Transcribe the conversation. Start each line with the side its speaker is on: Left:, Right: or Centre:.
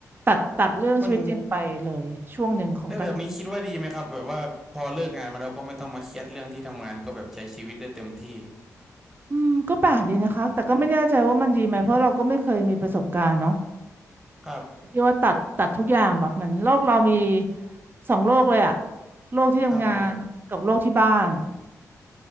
Right: ตัดตัดเรื่องชีวิตจริงไปเลยช่วงหนึ่งของการท
Centre: มันได้แบบนี้คิดว่าดีไหมครับแบบว่าพอเลิกงานมาแล้วก็ไม่ต้องมาเครียดเรื่องที่ทำงานก็แบบใช้ชีวิตได้เต็มที่
Right: ำอืมก็แปลกดีนะคะแต่ก็ไม่แน่ใจว่ามันดีไหมเพราะเราก็ไม่เคยมีประสบการณ์เนาะ
Centre: ครับ
Right: ที่ว่าตัดตัดทุกอย่างแบบเหมือนโลกเรามีสองโลกเลยอะโลกที่ทำงานกับโลกที่บ้าน
Centre: ครับผม